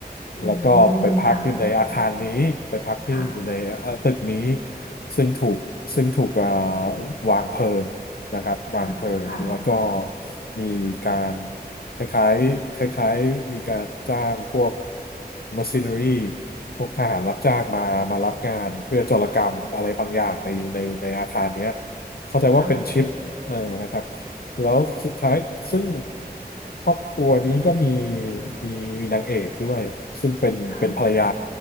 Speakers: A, on the left (about 85°); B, on the left (about 65°).
A: อื
B: แล้วก็ไปพักอยู่ในอาคารนี้ไปพักที่อยู่ในเอ่อตึกนี้
A: มค่ะค่ะ
B: ซึ่งถูกซึ่งถูกเอ่อวางเพลิงนะครับวางเพลิงแล้วก็
A: ค่ะค่ะ
B: มีการคล้ายๆคล้ายๆมีการจ้างพวก mercenary พวกทหารรับจ้างมามารับงานเพื่อโจรกรรมอะไรบางอย่างในในในอาคารเนี้ยเข้าใจว่าเป็นชิป
A: ค่ะ
B: เออนะครับแล้วสุดท้ายซึ่งครอบครัวนี้ก็มีมีมีนางเอกด้วยซึ่งเป็นเป็นภรรยา
A: ค่ะค่ะ